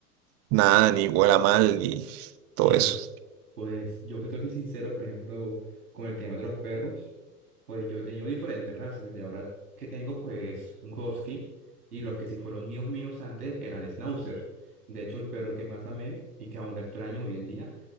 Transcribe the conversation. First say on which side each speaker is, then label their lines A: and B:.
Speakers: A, on the right (about 30°); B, on the right (about 75°).
A: nada, ni huela mal, ni todo
B: Mira,
A: eso.
B: pues yo si te soy sincero, por ejemplo, con el tema de los perros, pues yo he tenido diferentes razas. El de ahora que tengo, pues un husky, y los que sí fueron míos míos antes eran schnauzers. De hecho, el perro que más amé y que aún lo extraño hoy en día